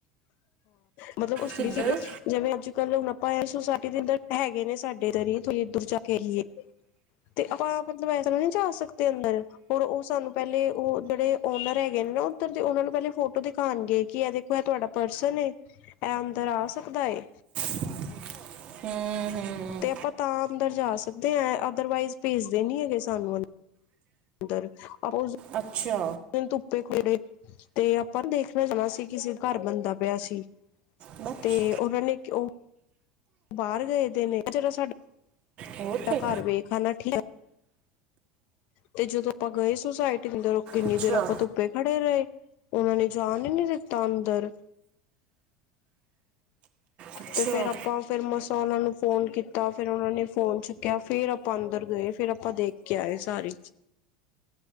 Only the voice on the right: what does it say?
ਕਿੱਧਰ
<inaudible> ਹਮ
ਅੱਛਾ
ਬਸ
ਹੋਰ ਕੋਈ?
ਅੱਛਾ
ਅੱਛਾ